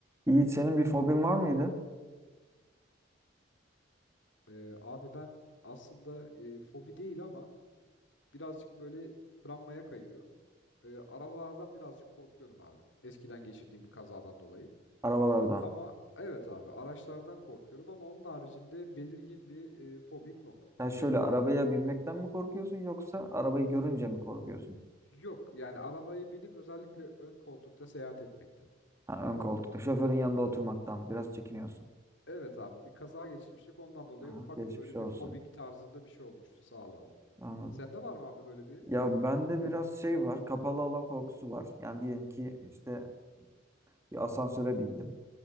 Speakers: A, on the right (about 15°); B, on the left (about 80°).
A: Yiğit senin bir fobin var mıydı
B: Ee, abi ben aslında e, fobi değil ama birazcık böyle tramvaya kayıyor. Ee, arabalardan birazcık korkuyorum abi. Eskiden geçirdiğim bir kazadan dolayı.
A: arabalardan?
B: Ama evet abi araçlardan korkuyorum ama onun haricinde belirgin bir e, fobim yok.
A: Sen şöyle
B: Senin
A: arabaya
B: var mı abi?
A: binmekten mi korkuyorsun yoksa arabayı görünce mi korkuyorsun?
B: Yok yani arabaya binip özellikle ön koltukta seyahat etmekten.
A: Ha, ön koltukta şoförün yanında oturmaktan biraz çekiniyorsun.
B: Evet abi bir kaza geçirmiştik ondan dolayı
A: Aha.
B: ufak
A: Geçmiş
B: bir böyle
A: olsun.
B: bir fobi tarzında bir şey olmuştu sağ ol abi.
A: Anladım.
B: Sende var mı abi böyle bir
A: Ya
B: fobi
A: bende
B: durumu?
A: biraz şey var kapalı alan korkusu var. Yani diyelim ki işte bir asansöre bindim.